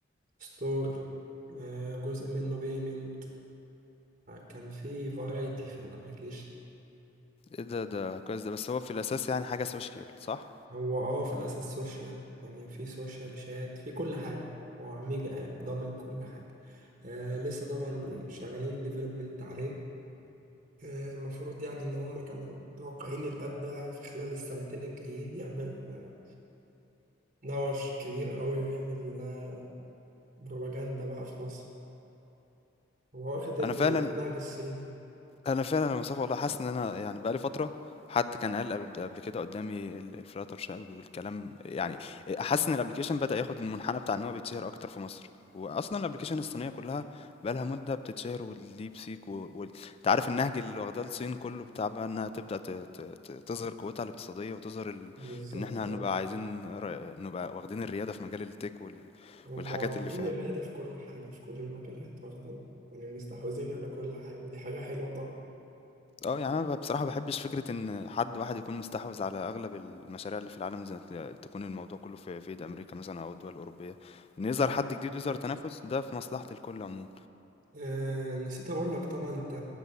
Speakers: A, on the right (about 45°); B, on the left (about 30°).
A: ستور جزء منه بيمنت كان في فرايتي في الأبليكيشن
B: ايه ده ده كويس ده بس هو في الاساس يعني حاجه سوشيال صح
A: هو اه في الأساس سوشيال يعني في سوشيال شات في كل حاجة هو ميجا آب ضامن كل حاجة آه لسه طبعا شغالين ديفلوبمنت عليه آه، المفروض يعني إن هم كانوا متوقعين الأب ده في خلال السنتين الجايين يعمل آه، نوش كبير أوي ويعمل آه، بروباجندا بقى في مصر هو واخد ال-
B: انا فعلا
A: النهج الصيني
B: أنا فعلًا يا مصطفى والله حاسس إن أنا يعني بقى لي فترة حد كان قال قبل قبل كده قدّامي ال الflutter shell والكلام يعني أ حاسس إن الapplication بدأ ياخد المنحنى بتاع إن هو بيتشهر أكتر في مصر، وأصلًا الapplication الصينية كلّها بقى لها مدة بتتشهر والdeep seek و وال أنت عارف النهج اللي واخداه الصين كلّه بتاع بقى إنها تبدأ ت ت ت تظهر قوتها الاقتصادية وتظهر ال
A: بالظبط
B: إن إحنا هنبقى
A: آه.
B: عايزين ر نبقى واخدين الريادة في مجال الtech وال
A: هم
B: والحاجات
A: واخدين
B: اللي فيها
A: الريادة في كل حاجة في كل المجالات واخدين يعني مستحوذين على كل حاجة دي حاجة حلوة طبعا
B: آه، يعني أنا ب بصراحة ما باحبش فكرة إن حد واحد يكون مستحوذ على أغلب المشاريع اللي في العالم زي ت تكون الموضوع كلّه في في إيد أمريكا مثلًا أو الدول الأوروبية، إن يظهر
A: مم.
B: حد جديد ويظهر تنافس ده في مصلحة الكل عمومًا.
A: آه نسيت أقول لك طبعا أنت